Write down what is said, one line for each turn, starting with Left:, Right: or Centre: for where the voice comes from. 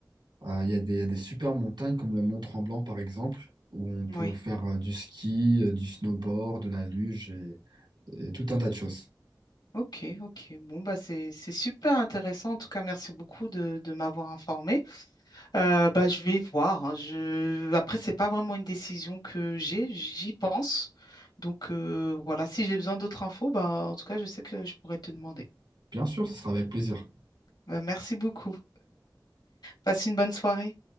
Right: Euh, Il y a des, il y a des super montagnes comme le Mont Tremblant par exemple, où on peut
Left: Oui,
Right: faire euh, du ski, euh, du snowboard, de la luge et, et tout un tas de choses.
Left: ok, ok. Bon, bah c'est c'est super intéressant. En tout cas, merci beaucoup de, de m'avoir informé. Euh, bah, je vais voir. hein. Je... Après, c'est pas vraiment une décision que j'ai, j'y pense. Donc euh, voilà, si j'ai besoin d'autres infos, bah en tout cas, je sais que je pourrais te demander.
Right: Bien sûr, ce sera avec plaisir.
Left: Bah, merci beaucoup. Passe une bonne soirée.